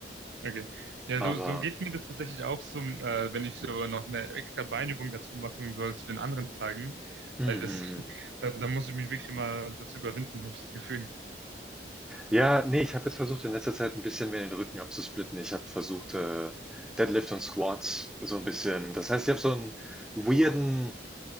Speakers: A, on the right (about 85°); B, in the centre.
A: Okay. Ja,
B: Aber,
A: so, so geht mir das tatsächlich auch so, äh, wenn ich so noch eine extra Beinübung dazu machen soll zu den anderen Tagen.
B: mm, mm.
A: Weil das, <laughs> da, da muss ich mich wirklich immer dazu überwinden, habe ich das Gefühl.
B: ja, nee, ich habe jetzt versucht, in letzter Zeit ein bisschen mehr den Rücken abzusplitten. Ich habe versucht, äh, Deadlift und Squats so ein bisschen. Das heißt, ich habe so einen weirden